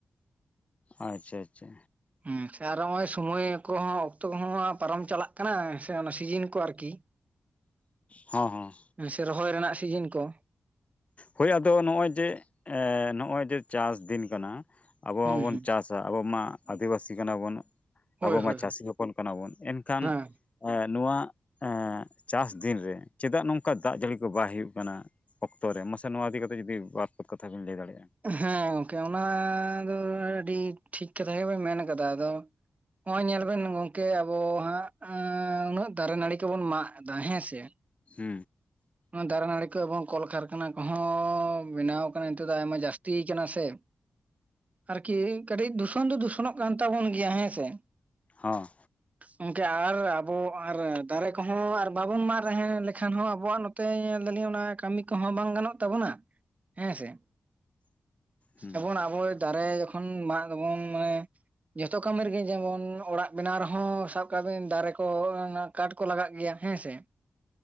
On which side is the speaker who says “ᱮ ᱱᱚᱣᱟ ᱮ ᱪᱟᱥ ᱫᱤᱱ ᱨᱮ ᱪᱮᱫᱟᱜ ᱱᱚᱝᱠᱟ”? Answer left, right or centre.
Left